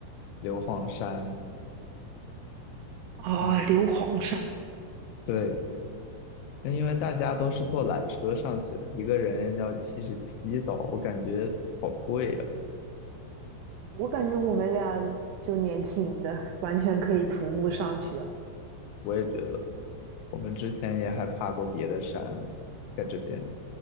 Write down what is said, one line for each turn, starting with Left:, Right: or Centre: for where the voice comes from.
Left: 硫磺山
Right: 啊、
Left: 上面。
Right: 硫磺山，
Left: 对，那因为大家都是坐缆车上去的，一个人要七十七刀，我感觉好贵呀、
Right: 我感觉我们俩就年轻的，完全可以徒步上去啊。
Left: 我也觉得，我们之前也还爬过别的山，在这边